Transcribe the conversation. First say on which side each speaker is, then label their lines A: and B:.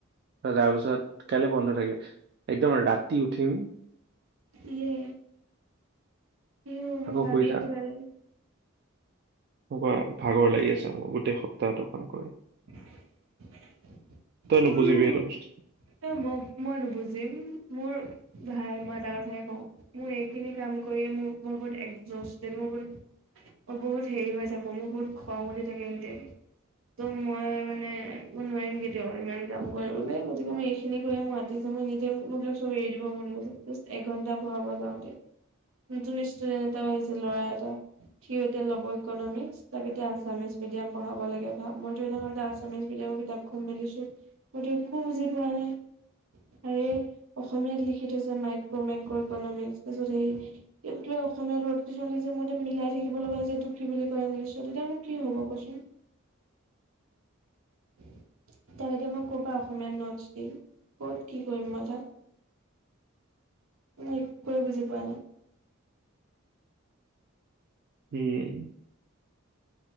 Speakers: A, on the right; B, on the right.
A: তাৰপিছত কাইলে বন্ধ থাকে একদম ৰাতি উঠিম
B: ইয়ে, ইয়ে
A: আকৌ
B: ভাবিয়ে
A: শুই যাম
B: কিবা লাগে
A: এনেকুৱা ভাগৰ লাগি আছে মোক গোটেই সপ্তাহটো কাম কৰি,
B: <inaudible> মোৰ
A: তই নুবুজিবি সেইটো বস্তু
B: মই মই নোবুজিম মোৰ ভাই মই এটা কথাই কওঁ মোৰ এইখিনি কাম কৰিয়ে ম ম বুতোৰ বুত <unintelligible> অ বহুত হেৰি হৈ যাব মোৰ বহুত খং উঠি থাকে এনিটাইম। ত মই মানে মই নোৱাৰিম কি ইমান কাম কৰিবলে গতিকে মই এইখিনি কৰি মইতি মই এ মবিলাক চব এৰি দিব মন গৈ এঘন্টা পঢ়াব যাওঁতে নতুন ষ্টুডেন্ট এটাও আহিছে ল'ৰা এটা সিও এতিয়া ল'ব ইকনমিক্স তাক এতিয়া আছামিচ মিডিয়াম পঢ়াব লাগে মইো সেইদিনাখন আথামিছ মিডিয়ামৰ কিতাপখন মেলিছো মই তু একো বুজি পোৱা নাই। আৰে অসমীয়াত লিখি থৈছে মাইক্ৰ মাইক্ৰ ইকনমিক তাৰপিছত হে অসমীয়া ৰ'দ কিছ যে মই এতিয়া মিলাই থাকিব লগা যে এইটো কি বুলি কয় ইংলিছত এতিয়া মোক কি হ'ব কচোন। <unintelligible> তাক এতিয়া মই ক'বাত অসমীয়াত নোটছ দিম ক'ত কি কৰিম মই তাক নাই একোৱে বুজি পোৱা নাই।
A: <unintelligible>